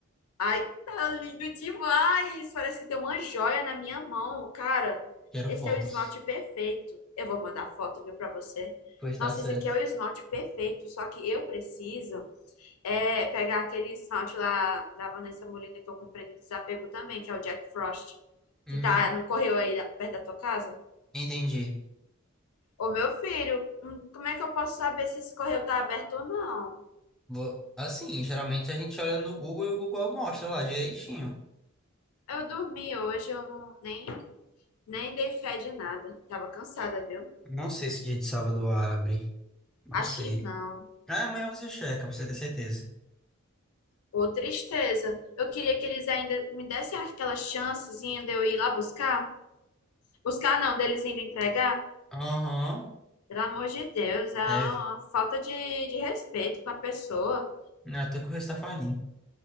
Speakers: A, on the left (about 85°); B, in the centre.
A: Ai, tá lindo demais! Parece que tem uma joia na minha mão, cara.
B: Quero
A: Esse
B: fotos.
A: é o esmalte perfeito. Eu vou mandar foto, viu, pra você.
B: Pois tá
A: Nossa,
B: certo.
A: esse aqui é o esmalte perfeito, só que eu preciso é pegar aquele esmalte lá da Vanessa Molina que eu comprei no Desapego também, que é o Jack Frost,
B: Uhum,
A: que tá no correio aí da- perto da tua casa.
B: entendi.
A: Ô, meu filho, hum, como é que eu posso saber se esse correio tá aberto ou não?
B: Vo- Assim, geralmente a gente olha no Google e o Google mostra lá direitinho.
A: Eu dormi hoje, eu não, nem, nem dei fé de nada. Tava cansada, viu?
B: Não sei se dia de sábado abre. Não
A: Acho
B: sei.
A: que não.
B: Ah, amanhã você checa, pra você ter certeza.
A: Ô, tristeza. Eu queria que eles ainda me dessem aquela chancezinha de eu ir lá buscar. Buscar não, deles indo entregar.
B: Aham.
A: Pelo amor de Deus, é uma
B: É.
A: falta de, de respeito com a pessoa.
B: Não é à toa que o resto tá falindo.